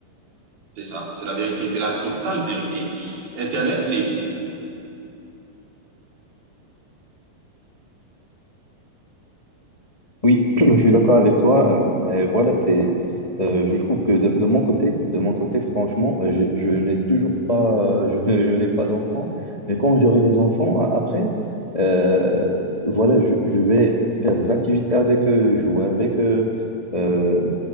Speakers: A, on the right; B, on the left.
A: c'est ça. C'est la vérité. C'est la totale vérité. Internet, c'est...
B: Oui, <clears throat> je suis d'accord avec toi, euh, mais voilà, c'est, euh, je trouve que de, de mon côté, de mon côté, franchement, euh, je, je n'ai toujours pas, euh, je, <laughs> je n'ai pas d'enfant, mais quand j'aurai des enfants a- après, euh, voilà, je, je vais faire des activités avec eux, jouer avec eux, euh,